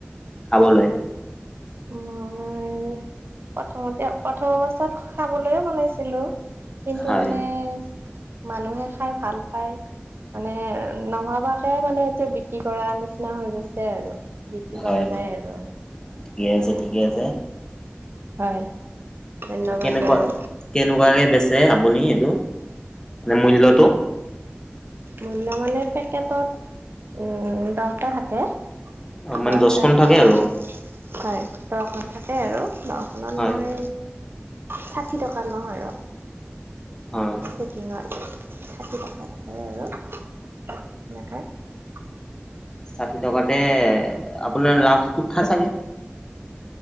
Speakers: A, on the left; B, on the right.
A: খাবলৈ?
B: মই প্ৰথমতে প্ৰথম অৱস্থাত খাবলৈয়ে বনাইছিলো। কিন্তু
A: হয়
B: মানে মানুহে খাই ভাল পায়। মানে নভাবাকে মানে এতিয়া বিক্ৰী কৰা নিচিনা হৈ গৈছে আৰু। বিক্ৰী
A: হয়
B: কৰা যায়
A: হয়
B: আৰু।
A: ঠিকে
B: মানে
A: আছে- ঠিকে আছে।
B: হয়। ধন্যবাদ
A: কেনেকুৱা
B: বাৰু
A: - কেনেকুৱাকে বেচে আপুনি এইটো মানে মূল্যয়টো।
B: মূল্য মানে পেকেটত উম, দহটা থাকে।
A: মানে
B: দহটাত
A: দছখন থাকে
B: মই।
A: আৰু
B: হয় দখন থাকে আৰু দখনত
A: হয়
B: মই ছাঠি টকা লওঁ আৰু।
A: হয়।
B: কিমান ছাঠি টকাই ধৰে আৰু এনেকাই।
A: ছাঠি টকাতে আপোনাৰ লাভটো খাই চাগে?